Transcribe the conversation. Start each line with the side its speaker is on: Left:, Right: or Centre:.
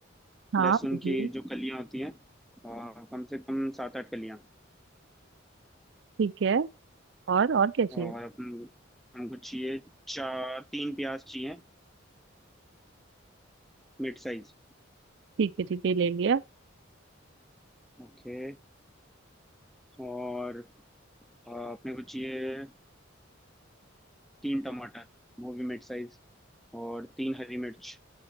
Right: हाँ
Centre: लहसुन
Right: बिल्कुल,
Centre: की जो कलियाँ होती हैं आ, कम से कम सात आठ कलियाँ
Right: ठीक है और और क्या चाहिए
Centre: और अपन हमको चाहिए चार तीन प्याज चाहिए मिड साइज
Right: ठीक है ठीक है ले लिया
Centre: ओके और अ, अपने को चाहिए अ, तीन टमाटर वो भी मिड साइज और तीन हरी मिर्च